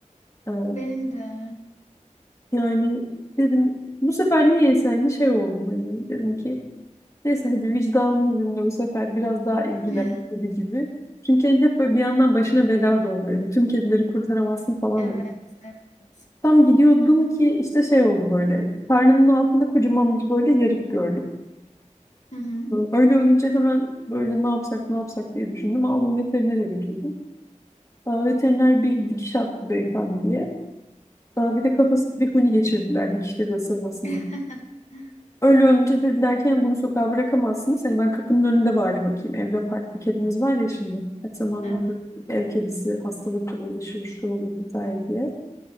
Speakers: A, on the left (about 25°); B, on the left (about 65°).
A: Ee,
B: Benim de.
A: yani dedim bu sefer niyeyse hani şey oldu hani dedim ki Neyse hadi vicdanını dinle bu sefer biraz daha ilgilen
B: <laughs>
A: gibi gibi. Çünkü hani hep böyle bir yandan başına bela da oluyor. Yani tüm kedileri kurtaramazsın falan.
B: Evet. Evet.
A: Tam gidiyordum ki işte şey oldu böyle. Karnının altında kocaman bir böyle yarık gördüm.
B: Hı hı.
A: Öyle olunca hemen böyle ne yapsak ne yapsak diye düşündüm. Aldım veterinere götürdüm. Aa, Veteriner bir dikiş attı beyefendiye. Aa, Bir de kafası
B: Hı.
A: bir huni geçirdiler dikişleri ısırmasından.
B: <laughs>
A: Öyle olunca dediler ki "Yani bunu sokağa bırakamazsınız. Hani ben kapının önünde bari bakayım. Evde farklı kedimiz var ya şimdi. Her zaman
B: Evet.
A: bir ev kedisi hastalıkla uğraşır, şu olur vesaire diye.